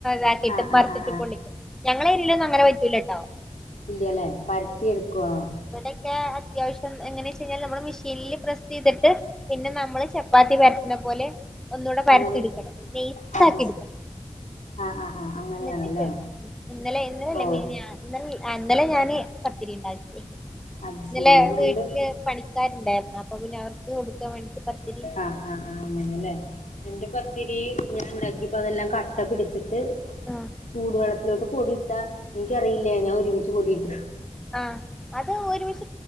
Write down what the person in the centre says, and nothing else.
താക്കിയിട്ട്
മറിച്ചിട്ട്
പൊള്ളിക്കും ഞങ്ങള എരിയലൊന്നും അങ്ങനെ പറ്റൂലട്ടോ.
ഇവിടെക്കെ അത്യാവശ്യം എങ്ങനെയാച്ചു കഴിഞ്ഞാല്, നമ്മള് മെഷീനിൽ പ്രെസ് ചെയ്തിട്ട് പിന്നെ നമ്മള് ച പ്പാത്തി പരത്തുന്ന പോലെ ഒന്നൂടെ പരത്തിയെടുക്കണം
നെയ്സാക്കി
എടുക്കണം.
എന്നിട്ട് ചെയ്യണം ഇന്നലെ ഇന്നലല്ല
മിനിഞ്ഞാന്ന്. ഇന്നല് ഇന്നലെ ഞാന് പത്തിരി ഉണ്ടാക്കി
ഇന്നലെ
വീട്ടില് പണിക്കാരുണ്ടായിരുന്നു അപ്പൊ പിന്നെ അവർക്ക് കൊടുക്കാൻ വേണ്ടിട്ട് പത്തിരി
ആഹ്
ആഹ് അത് ഒരുമിച്ച്